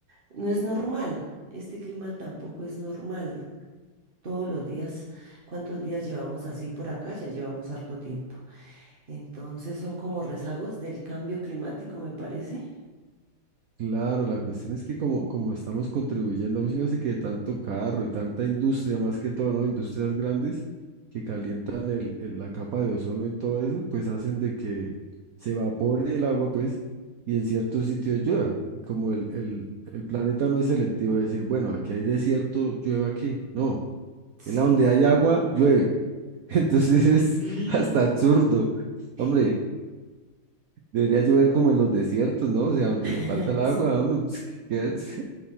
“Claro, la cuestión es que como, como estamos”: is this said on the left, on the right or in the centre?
Right